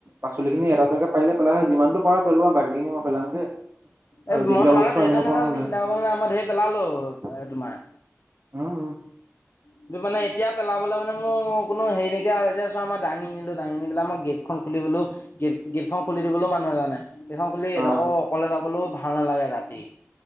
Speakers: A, on the right (about 50°); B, on the left (about 50°).
A: পাচলি খিনি দুটাকে পাৰিলে পেলাবা যিমানটো পাৰা পেলোৱা বাকী খিনি মই পেলামগে। আৰু
B: এ
A: যিকেইটা
B: মই তোমালে
A: বস্তু
B: ঢেৰ
A: আনিব
B: থৈ নাযাওঁ,
A: পাৰো মই
B: তুমি
A: লৈ
B: চিন্তা কৰিব নালাগে মই ঢেৰ পেলালো
A: আহিম
B: এ তোমাৰ।
A: উম উম
B: কিন্তু মানে এতিয়া পেলাবলে মানে মোৰ কোনো হেৰি নাইকিয়া হ' ল আৰু এতিয়া চোৱা মই দাঙিনিলো দাঙি নি পেলাই মই গেটখন খন খুলি বলো গে গেট খুলি দিবলৈও মানুহ এটা নাই। গেট খন খুলি এডখৰ
A: অ
B: অকলে যাবলৈও ভাল নালাগে ৰাতি।